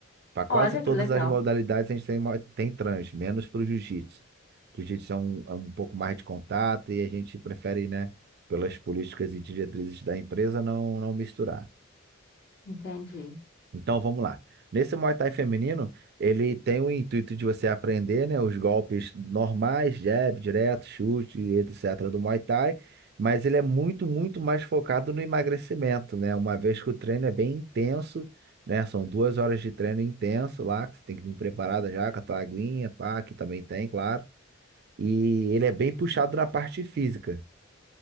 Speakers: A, on the right (about 50°); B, on the left (about 55°).
A: Para quase
B: Olha
A: todas
B: que legal.
A: as modalidades a gente tem, mo- tem trans, menos para o jiu-jitsu. O Jiu-jitsu é um, é um pouco mais de contato e a gente prefere, né, pelas políticas e diretrizes da empresa, não, não misturar.
B: Entendi.
A: Então vamos lá. Nesse Muay Thai feminino, ele tem o intuito de você aprender, né, os golpes normais, jab, direto, chute, etc. do Muay Thai, mas ele é muito, muito mais focado no emagrecimento, né? Uma vez que o treino é bem intenso, né? São duas horas de treino intenso lá, que você tem que vir preparada já com a tua aguinha, pá, que também tem, claro. E ele é bem puxado na parte física.